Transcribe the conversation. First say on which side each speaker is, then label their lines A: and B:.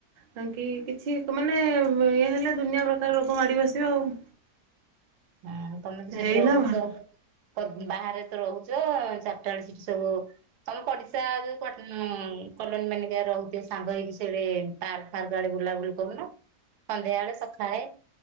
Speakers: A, on the right; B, on the right.
A: କା କିି କିଛି ମାନେ ଇଏ ହେଲେ ଦୁନିଆ ପ୍ରକାର ରୋଗ ମାଡ଼ି ବସିବ ଆଉ।
B: ହଁ ତମେ ତ ସେଠି
A: ଏଇନା
B: ରହୁଚ।
A: ଭଲ
B: ତ ବାହାରେ ତ ରହୁଚ ଚାରିଟା ବେଳେ ସେଠି ସବୁ ତମ ପଡିଶା ଯୋଉ କୁଟାନ୍ କଲୋନୀ ମାନେ କେ ରହୁଥିବେ ସାଙ୍ଗ ହେଇକି ସିଆଡେ ପାର୍କ ଫାର୍କ ଆଡେ ବୁଲାବୁଲି କରୁନ ସନ୍ଧ୍ୟା ବେଳେ ସକାଳେ।